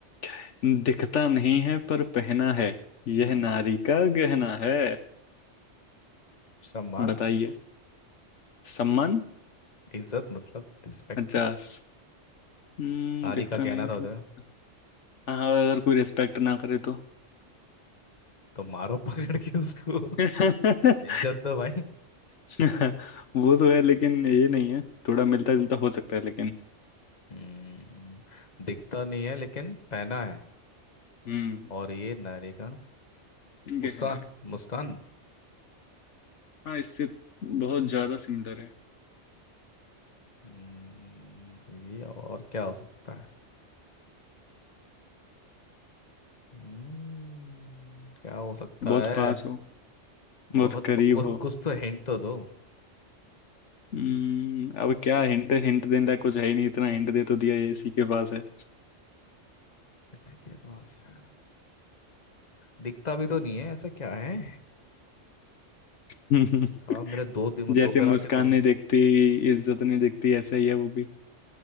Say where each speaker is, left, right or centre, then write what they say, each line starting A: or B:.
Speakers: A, on the left; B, on the left.
A: हम्म, दिखता नहीं है पर पहना है यह
B: हम्म,
A: नारी का गहना है
B: सम्मान
A: बताइए सम्मान
B: इज्जत मतलब रिस्पेक्ट
A: अच्छा स- हम्म
B: नारी
A: दिखता
B: का कहना
A: नहीं
B: था उधर
A: पर हाँ अगर कोई रिस्पेक्ट ना करे तो
B: तो मारो पकड़ के उसको
A: <laughs>
B: इज्जत दो भाई
A: <laughs> वो तो है लेकिन ये नहीं है थोड़ा मिलता जुलता हो सकता है लेकिन
B: हम्म दिखता नहीं है लेकिन पहना है
A: हम्म
B: और ये नारी का मुस्कान
A: गहना है
B: मुस्कान
A: हाँ इससे बहुत ज्यादा सिमिलर है
B: हम्म, ये और क्या हो सकता है हम्म क्या हो सकता
A: बहुत
B: है
A: पास हो बहुत
B: बहुत
A: करीब
B: प- कुछ
A: हो
B: कुछ तो हिंट तो दो
A: हम्म, अब क्या हिंट हिंट देने लायक कुछ है ही नहीं इतना हिंट दे तो दिया ये इसी के पास है
B: इसके पास है दिखता भी तो नहीं है ऐसा क्या है
A: <laughs>
B: साहब मेरा दो दिम
A: जैसे
B: दो ग्राम
A: मुस्कान
B: के दिमाग
A: नहीं दिखती इज्जत नहीं दिखती ऐसा ही है वो भी